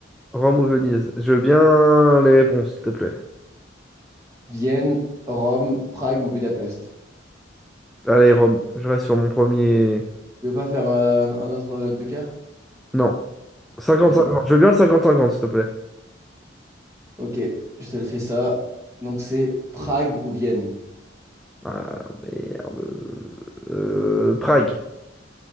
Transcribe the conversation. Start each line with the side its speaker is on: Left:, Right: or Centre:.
Centre: Rome ou Venise? Je veux bien les réponses, s'il te plaît.
Right: Vienne, Rome, Prague ou Budapest?
Centre: Allez, Rome, je reste sur mon premier.
Right: Tu veux pas faire euh, un, un autre euh, joker?
Centre: Non. cinquante
Right: Allez.
Centre: cinquante Je veux bien le cinquante cinquante s'il te plaît.
Right: Ok, je te le fais ça. Donc, c'est Prague ou Vienne?
Centre: Ah, merde. Euh, Prague.